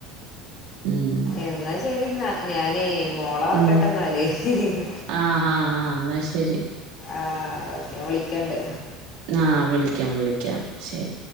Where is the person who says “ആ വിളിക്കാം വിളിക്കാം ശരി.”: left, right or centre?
Right